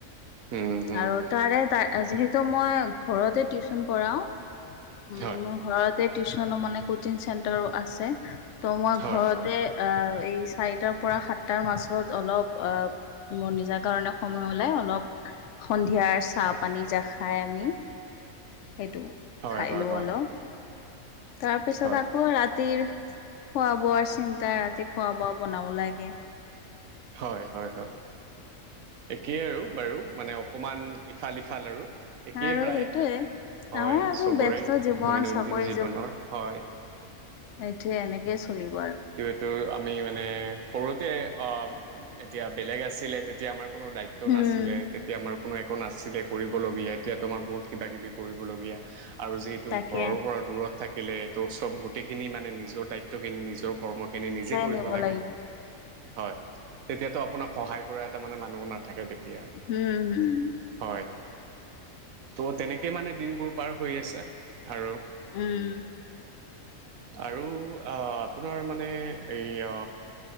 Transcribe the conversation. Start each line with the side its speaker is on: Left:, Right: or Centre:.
Right: হুম, হুম,
Left: আৰু
Right: হুম,
Left: তাৰে তাৰ যিহেতু মই ঘৰতে টিউচন কৰাও উম
Right: হয়
Left: তে টিউচনো মানে কচিং চেণ্টাৰো আছে, ত' মই
Right: হয়
Left: ঘৰতে
Right: হয়
Left: আহ এই চাৰিটাৰ পৰা সাতটাৰ মাজত অলপ অ মোৰ নিজা কাৰণে সময় ওলাই অলপ সন্ধিয়াৰ চাহ - পানী যা খাই আমি সেইটো।
Right: হয়
Left: খাই
Right: হয়
Left: লও
Right: হয়
Left: অল তাৰ পিছত
Right: হয়
Left: আকৌ ৰাতিৰ, খোৱা - বোৱাৰ চিন্তা ৰাতি খোৱা - বোৱা বনাব লাগে।
Right: হয় হয় হয়। একেই আৰু বাৰু মানে অকমান ইফাল সিফাল আৰু একেই
Left: আৰু
Right: প্ৰায়।
Left: সেইটোয়ে।
Right: হয়
Left: আমাৰ আৰু
Right: চবৰে,
Left: ব্যস্ত জীৱন
Right: দৈনন্দিন
Left: চাকৰি
Right: জীৱনৰ হয়।
Left: এইটোৱে এনেকে চলিব আৰু।
Right: টো আমি মানে সৰুতে আহ এতিয়া বেলেগ আছিলে তেতিয়া আমাৰ কোনো দায়িত্ব
Left: উম,
Right: নাছিলে তেতিয়া আমাৰ কোনো একো নাছিলে কৰিবলগীয়া এতিয়া তোমাৰ বহুত কিবা কিবি কৰিবলগীয়া আৰু যিহেতু
Left: তাকে
Right: ঘৰৰ পৰা দূৰত থাকিলে, তোৰ চব গোটেইখিনি মানে নিজৰ দায়িত্বখিনি নিজৰ কৰ্মখিনি নিজে কৰিব
Left: নিব
Right: লাগে।
Left: লাগিব।
Right: হয়, তেতিয়াতো আপোনাক সহায় কৰা এটা মানে মানুহ নাথাকে তেতিয়া।
Left: হুম, হুম।
Right: হয়, ত' তেনেকে মানে দিনবোৰ পাৰ হৈ আছে আৰু।
Left: উম।
Right: আৰু অ' আপোনাৰ মানে এই আ